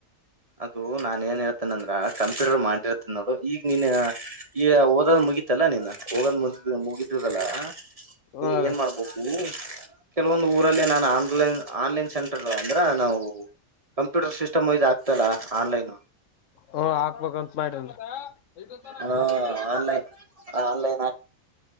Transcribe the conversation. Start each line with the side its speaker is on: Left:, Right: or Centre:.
Right: ಅದು ನಾನ್ ಏನ್ ಹೇಳ್ತೀನಿ ಅಂದ್ರೆ ಕಂಸಿಡರ್ ಮಾಡಿರ ನೋಡು ಈಗ ನೀನ್ ಈಗ ಓದ್ ಮುಗಿತಲ್ಲಾ ನೀನ್ ಹೋಗದ ಮುಗಿದ್ ಮುಗಿದಲ್ಲ
Left: ಹ್ಮ
Right: ನೀ
Left: ರೀ
Right: ಏನ್ ಮಾಡ್ಬೇಕು ಕೆಲವೊಂದು ಊರಲ್ಲೇ ನಾನು ಆನ್ಲೈನ್ ಆನ್ಲೈನ್ ಸೆಂಟರ್ ಗಳು ಅಂದ್ರೆ ನಾವು ಕಂಪ್ಯೂಟರ್ ಸಿಸ್ಟಮ್ ಇದು ಆಗ್ತಲ್ಲ ಆನ್ಲೈನ್
Left: ಹು ಹಾಕ್ಬೇಕಂತ್ ಮಾಡಿನಿ ಐದು
Right: ಹ
Left: ಮತ್ತೆ ಮುಂದ
Right: ಆನ್ಲೈನ್ ಆನ್ಲೈನ್